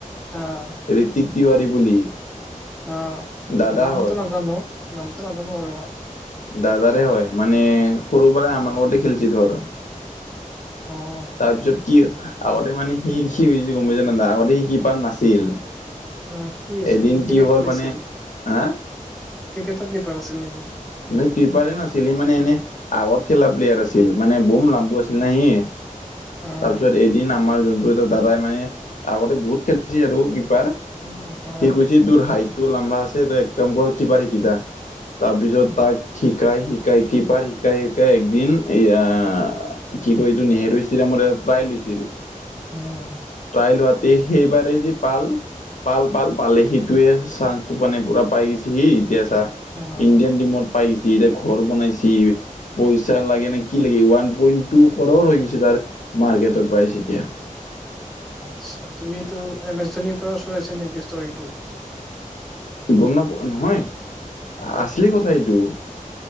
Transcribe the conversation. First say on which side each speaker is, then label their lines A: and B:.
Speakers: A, in the centre; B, on the left.
A: অঁ'।
B: ঋতিক তিৱাৰী বুলি।
A: অ',
B: দাদা
A: নামটো
B: হয়।
A: নাজানো নামটো নাজানো বাৰু মই।
B: দাদাৰে হয়, মানে সৰু পৰাই আমাৰ লগতে খেলছি ধৰ।
A: অঁ'।
B: তাৰ পিছত কি আগতে মানে সি সি হৈছে গ'ম পাইছ না আগতে সি কি পাৰ নাছিল
A: আহ, কি আছিল
B: এদিন
A: ক্ৰিকেট
B: কি হ'ল
A: খেলিছিল
B: মানে হা?
A: ক্ৰিকেটৰ কিপাৰ আছিল নেকি?
B: নাই কিপাৰে নাছিল, সি মানে এনে আগত খেলা প্লেয়াৰ আছিল, মানে বম লম্বো আছিল নাই সি।
A: অ
B: তাৰপিছত এদিন আমাৰ যোনটো এটা দাদাই মানে আগতে বহুত খেলিছিল আৰু কিপাৰ।
A: অ', অ'।
B: সি কৈছে তোৰ হাইট টো লম্বা আছে তই এক কাম কৰ কিপাৰ শিক যা তাৰ পিছত তাক শিকাই শিকাই কিপাৰ শিকাই শিকাই একদিন এয়া কি কয় এইটো নেহেৰু ষ্টেডিয়ামত এটা ট্ৰাইল হৈছিল।
A: উম।
B: ট্ৰাইল হোৱাতেই সেইবাৰেই যি পাল পাল পাল পালে সিটোৱে চান্সটো মানে পুৰা পাই গৈছে সি এতিয়া চা।
A: হ্যাঁ,
B: ইণ্ডিয়ান টিমত পাই গিছে এতিয়া ঘৰ বনাইছে। পইচা লাগে নে কি লাগে ওৱান পইন্ট টু কৰৰ হৈ গৈছে তাৰ মাৰ্কেটৰ প্ৰাইচ এতিয়া।
A: আচ্ছা, তুমি এইতো এম এছ ধোনিৰ পৰাও চৰাইছা নেকি ষ্টৰিটো?
B: গ'ম নাপও নহয়, আছিলি কথা এইটো।